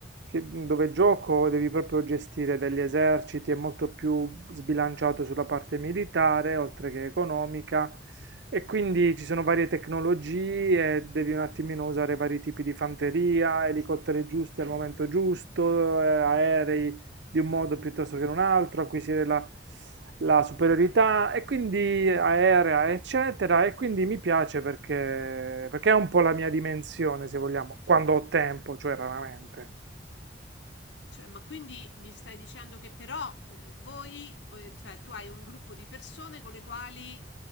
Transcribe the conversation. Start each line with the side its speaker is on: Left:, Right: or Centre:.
Right: che- dove gioco devi proprio gestire degli eserciti, è molto più sbilanciato sulla parte militare, oltre che economica, e quindi ci sono varie tecnologie, devi un attimino usare vari tipi di fanteria, elicotteri giusti al momento giusto, eh, aerei di un modo piuttosto che in un altro, acquisire la, la superiorità e quindi aerea, eccetera. E quindi mi piace perché, perché è un po' la mia dimensione, se vogliamo, quando ho tempo, cioè raramente.
Left: Cioè, ma quindi mi stai dicendo che però eh, voi, voi- cioè tu hai un gruppo di persone con le quali